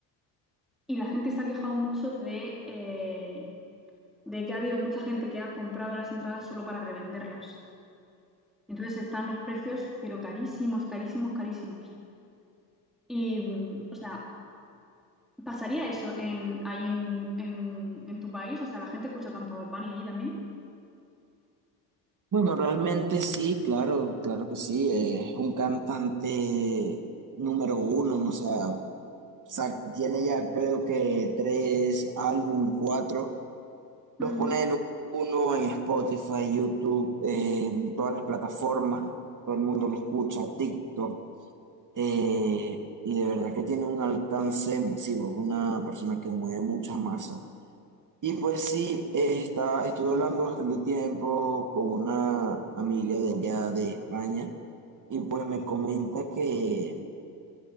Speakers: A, in the centre; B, on the right (about 35°).
A: y la gente se ha quejado mucho de... eh, de que ha habido mucha gente que ha comprado las entradas solo para revenderlas. Entonces están los precios, pero carísimos, carísimos, carísimos. Y, mm, o sea, ¿pasaría eso en, ahí en, en- en tu país? O sea, ¿la gente escucha tanto a Bad Bunny allí también?
B: Bueno, realmente sí, claro, claro que sí. eh, Es un cantante número uno, o sea, sa- tiene ya creo que tres álbum, cuatro. Los
A: Ujú,
B: pone en uno en Spotify, YouTube, eh, en todas las plataformas. Todo el mundo lo escucha, TikTok. eh, y de verdad que tiene un alcance masivo. Es una persona que mueve mucha masa. Y pues sí, eh, está, estuve hablando bastante tiempo con una amiga de allá de España y pues me comenta que